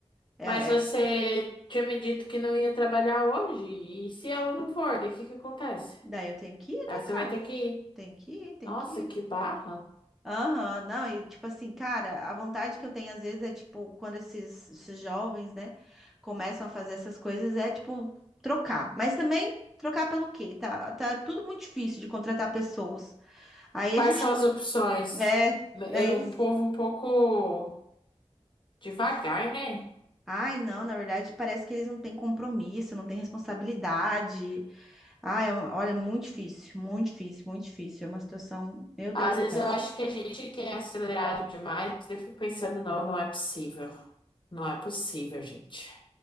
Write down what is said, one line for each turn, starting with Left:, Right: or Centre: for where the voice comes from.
Centre: É,
Left: Mas você
Centre: é-
Left: tinha me dito que não ia trabalhar hoje. E se ela não for, daí o que que acontece?
Centre: Daí eu tenho que ir, né,
Left: Aí você
Centre: cara?
Left: vai ter que ir.
Centre: Tem que ir, tem
Left: Nossa,
Centre: que
Left: que
Centre: ir.
Left: barra.
Centre: Aham, não, e tipo assim, cara, a vontade que eu tenho às vezes é tipo, quando esses, esses jovens, né, começam a fazer essas coisas, é tipo, trocar. Mas também, trocar pelo quê? Tá, tá tudo muito difícil de contratar pessoas. Aí
Left: Quais
Centre: a gente,
Left: são as opções?
Centre: é, daí,
Left: É um povo um pouco devagar, né?
Centre: ai não, na verdade parece que eles não têm compromisso, não têm responsabilidade. Ai, é um- olha, muito difícil, muito difícil, muito difícil. É uma situação, meu Deus
Left: Às
Centre: do
Left: vezes
Centre: céu.
Left: eu acho que a gente que é acelerado demais, eu fico pensando, não, não é possível. Não é possível, gente.